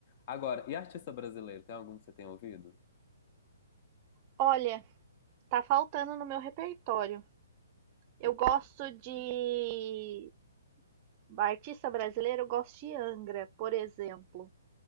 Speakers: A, on the left; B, on the right.
A: Agora, e artista brasileiro, tem algum que você tenha ouvido?
B: Olha, tá faltando no meu repertório. Eu
A: Eu que
B: gosto de artista brasileiro, eu gosto de Angra, por exemplo,